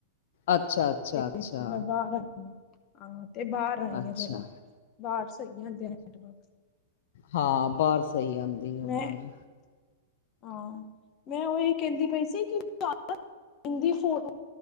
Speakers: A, on the left; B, on the left.
A: ਅੱਛਾ ਅੱਛਾ
B: ਤੇ
A: ਅੱਛਾ
B: ਮੈਂ ਬਾਹਰ ਆਈ, ਹ ਹਾਂ ਤੇ ਬਾਹਰ ਸਹੀ
A: ਅੱਛਾ
B: ਹੈ ਜਗਾ ਬਾਹਰ ਸਹੀ ਨੈਟਵਰਕ
A: ਹਾ, ਬਾਹਰ ਸਹੀ ਆਂਦੀ ਏ ਅਵਾਜ਼।
B: ਮੈਂ ਹਾਂ, ਮੈਂ ਉਹੀ ਕਹਿੰਦੀ ਪਈ ਸੀ ਕਿ ਤਹਾਨੰ ਨ ਇਨ ਦੀ ਫੋਟੋ